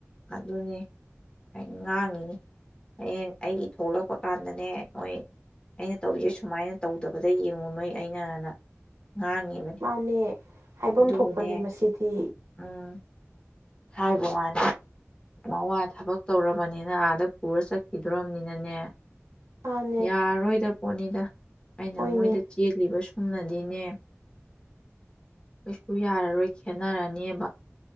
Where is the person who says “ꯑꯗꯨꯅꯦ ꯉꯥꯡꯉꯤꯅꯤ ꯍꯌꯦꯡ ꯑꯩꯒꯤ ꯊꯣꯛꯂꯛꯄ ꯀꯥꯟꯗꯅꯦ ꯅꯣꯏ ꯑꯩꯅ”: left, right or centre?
Left